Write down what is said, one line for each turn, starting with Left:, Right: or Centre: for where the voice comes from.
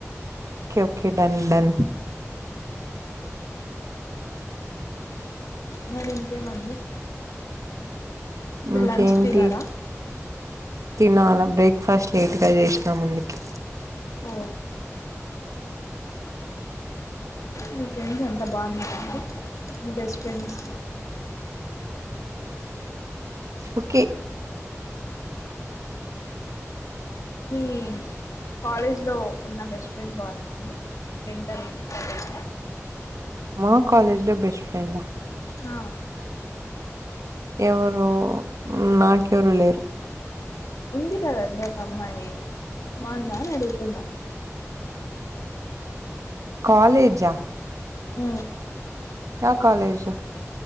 Right: ఓకే ఓకే డన్ డన్
Left: మరి ఇంకేమండి ఇప్పుడు
Right: ఇంకేంటి
Left: లంచ్ తిన్నారా
Right: తినాల బ్రేక్ఫాస్ట్ లేట్గ చేసినా ముందుకి
Left: ఓ మీ ఫ్రెండ్స్ అంత బాగున్నార అండి మీ బెస్ట్ ఫ్రెండ్స్
Right: ఒకే
Left: మీ కాలేజ్లో ఉన్న బెస్ట్ ఫ్రెండ్ బాగుందాండి డెంటల్ కాలేజ్లో
Right: మా కాలేజీలో బెస్ట్ ఫ్రెండ్ ఆ
Left: ఆ
Right: ఎవరూ నాకెవరు లేరు
Left: ఉంది కదండి ఒక అమ్మాయి బాగుందా అని అడుగుతున్న
Right: కాలేజా
Left: ఉ
Right: మా కాలేజ